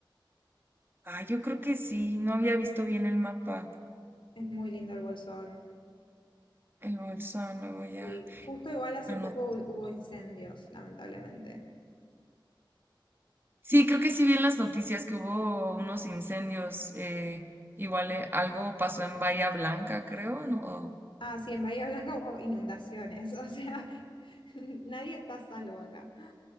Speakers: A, on the right; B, on the left.
A: Ah, yo creo que sí, no había visto bien el mapa.
B: Es muy lindo el Bolsón.
A: El bolsón, lo voy
B: Y
A: a
B: justo igual hace
A: anotar.
B: poco hu- hubo incendios, lamentablemente.
A: Sí, creo que sí vi en las noticias que hubo unos incendios. eh, igual eh, algo pasó en Bahía Blanca, creo, ¿no?
B: Ah, sí, en Bahía Blanca hubo inundaciones. <laughs> O sea, <laughs> nadie está a salvo acá.